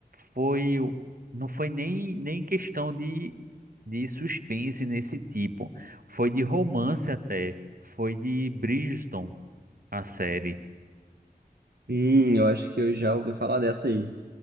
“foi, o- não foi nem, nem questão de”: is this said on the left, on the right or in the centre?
Right